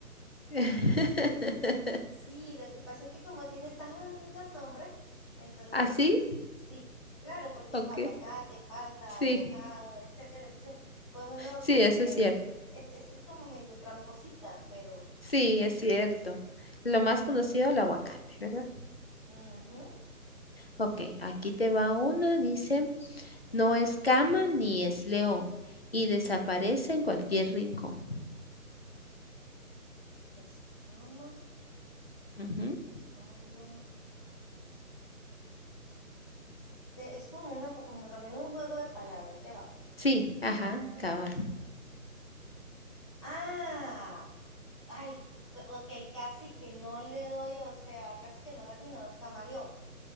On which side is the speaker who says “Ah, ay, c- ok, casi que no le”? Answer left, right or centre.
Left